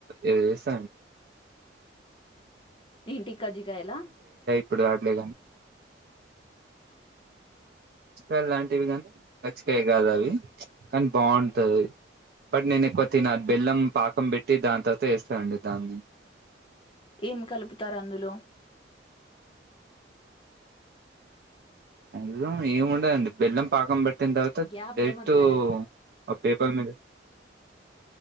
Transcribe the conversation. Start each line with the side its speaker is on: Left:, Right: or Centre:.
Right: ఏదో జెస
Left: ఏంటి కజ్జికాయలా
Right: గుర్తు రాట్లే కజ్జికాయ లాంటివి కానీ కజ్జికాయ కాదు అవి కానీ బాగుంటది బట్ నేను తిన బెల్లం పాకం పెట్టి దాని తర్వాత వేస్తానండి దాన్ని
Left: ఏం కలుపుతారు అందులో
Right: అందులో ఏము ఉండదండి బెల్లం పాకం పట్టిన తర్వాత
Left: గ్యాప్దమత్ర
Right: డైెక్ట్ ఒక పేపర్ మీద